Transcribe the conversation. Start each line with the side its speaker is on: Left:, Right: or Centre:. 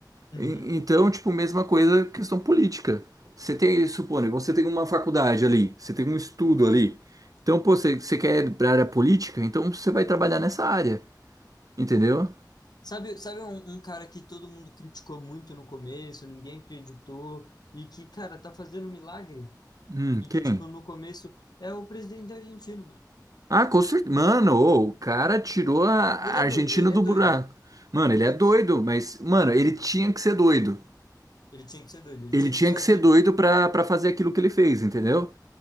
Left: Uhum.
Right: E- Então, tipo, mesma coisa, questão política. Você tem, suponho, você tem uma faculdade ali, você tem um estudo ali. Então, pô, você, você quer ir pra área política? Então você vai trabalhar nessa área, entendeu?
Left: Sabe, sabe um, um cara que todo mundo criticou muito no começo, ninguém acreditou, e que, cara, tá fazendo um milagre?
Right: Hum,
Left: E que,
Right: quem?
Left: tipo, no começo é o presidente argentino, mano.
Right: Ah, com certeza. Mano, ô, o cara tirou a a
Left: Ele é
Right: Argentina
Left: doido, ele
Right: do
Left: é doido.
Right: buraco. Mano, ele é
Left: Tipo,
Right: doido,
Left: assim,
Right: mas, mano, ele tinha que ser doido.
Left: ele tinha que ser doido, ele
Right: Ele
Left: tinha
Right: tinha
Left: que fazer.
Right: que ser doido
Left: de-
Right: pra, pra fazer aquilo que ele fez, entendeu?